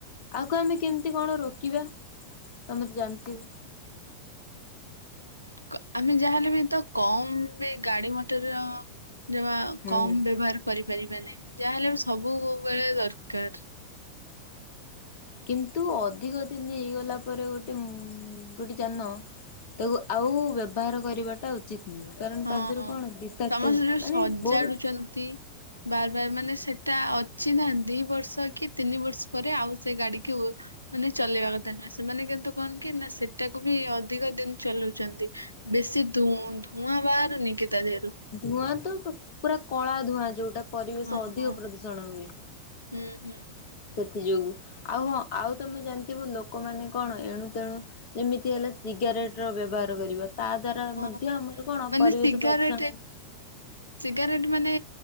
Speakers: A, on the left; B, on the right.
A: ଆକୁ ଆମେ କେମିତି କଣ ରୋକିବା? ତମେ ତ ଜାଣିଥିବ।
B: କ- ଆମେ ଯାହାହେଲେ ବି ତ କମ ଗାଡି ମଟର ଯବା
A: ହୁଁ
B: କମ ବ୍ୟବହାର କରିପାରିବା ନାହିଁ ଯାହା ହେଲେ ସବୁବେଳେ ଦରକାର।
A: କିନ୍ତୁ ଅଧିକ ଦିନ ହେଇଗଲା ପରେ ଗୋଟେ ଉ ଗୋଟେ ଯାନ ତାକୁ ଆଉ ବ୍ୟବହାର କରିବାଟା ଉଚିତ ନୁହେଁ। କାରଣ
B: ହୁଁ
A: ତା ଦେହରୁ କଣ ବିଷାକ୍ତ
B: ସମସ୍ତେ ଯଉ
A: ମାନେ
B: ସଜାଡୁଛନ୍ତି।
A: ବହୁତ
B: ବାର ବାର ମାନେ ସେଟା ଅଛି ନା ଦି ବର୍ଷ କି ତିନି ବର୍ଷ ପରେ ଆଉ ସେ ଗାଡିିକୁ ମାନେ ଚଲେଇବା କଥା ନୁହେଁ ସେମାନେ କିନ୍ତୁ କଣ କି ନା ସେଟାକୁ ବି ଅଧିକ ଦିନ ଚଲାଉଛନ୍ତି। ବେଶୀ ଧ ଧୂଆଁ ବାହାରୁନି କି ତା ଦେହରୁ।
A: ଧୂଆଁ ତ ପୁରା କଳା ଧୂଆଁ ଯୋଉଟା ପରିବେଶ
B: ହଁ
A: ଅଧିକ
B: ହଁ
A: ପ୍ରଦୂଷଣ ହୁଏ।
B: ହୁଁ ହୁଁ
A: ସେଥି ଯୋଗୁ ଆଉ ହଁ ଆଉ ତମେ ଜାଣିଥିବ ଲୋକମାନେ କଣ ଏଣୁ ତେଣୁ ଯେମିତି ହେଲା ସିଗାରେଟ ର ବ୍ୟବହାର କରିବା। ତା ଦ୍ଵାରା
B: ହଁ
A: ମଧ୍ୟ ଆମର କଣ
B: ମାନେ
A: ପରିବେଶ
B: ସିଗାରେଟ
A: ପ୍ରଦୂଷଣ
B: ସିଗାରେଟ ମାନେ